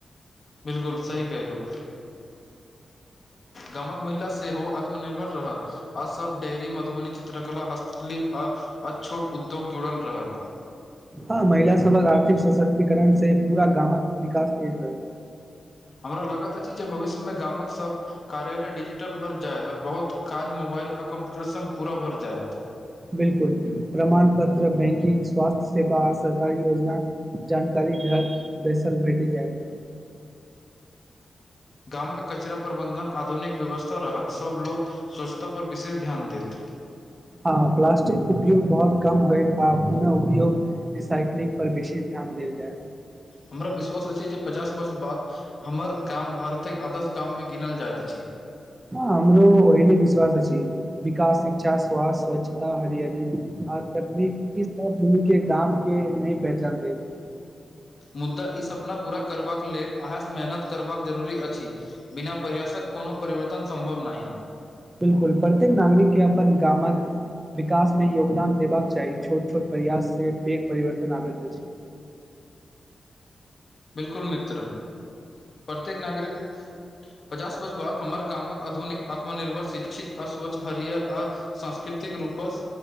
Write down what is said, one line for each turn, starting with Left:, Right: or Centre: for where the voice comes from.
Left: बिल्कुल सी केहलू
Right: <inaudible>
Left: गामक महिला सेहो आत्मनिर्भर रहत अ सब डेरी मधुबनी चित्रकला हस्तकिलिप आ छोट उद्योग जुड़ल रहे ला
Right: हँ महिला सबक आर्थिक सशक्तिकरण से पूरा गामक विकास तेज होइत
Left: हमरा लागैत अछि जे भविष्यमे गामक सभ कार्यालय डिजिटल भरि जायत और बहुत काज मोबाइल आ कम्प्यूटर संग पूरा भरि जायत
Right: बिल्कुल प्रमाण पत्र बैंकिंग स्वास्थ्य सेवा सरकारी योजना जानकारी घर बैसल भेटी जायत
Left: गाममे कचरा प्रबन्धन आधुनिक व्यवस्था रहत सभ लोको स्वच्छता पर विशेष ध्यान देत
Right: हँ प्लास्टिक उपयोग बहुत कम होयइत आ पुनः उपयोग रीसाइक्लिंग पर बेसी ध्यान देल जायत
Left: हमरा विश्वास अछि जे पचास वर्ष बाद हमर गाम भारतक आदश गाममे गिनल जाइत अछि
Right: ह हमरो ओहिने विश्वास अछि विकास शिक्षा स्वास्थ्य स्वाच्छता हरयरी आ तकनीकी इ सब मिल केँ गाम केँ नई पहचान देत
Left: मुदा ई सपना पूरा करबाक लेल अहास मेहनत करबाक जरूरी अछि बिना परयासक कोनो परवर्तन सम्भव नहि
Right: बिल्कुल प्रत्येक नागरिक केँ अपन गामक विकास मे योगदान देबाक चाही छोट छोट प्रयास से पैघ परिवर्तन आबैत अछि
Left: बिल्कुल मित्र <inaudible> प्रत्येक नागरिक पचास वर्ष बाद हमर गामक आधुनिक आत्मनिर्भर शिक्षित अ स्वच्छ हरियर आ सांस्कृतिक रूपस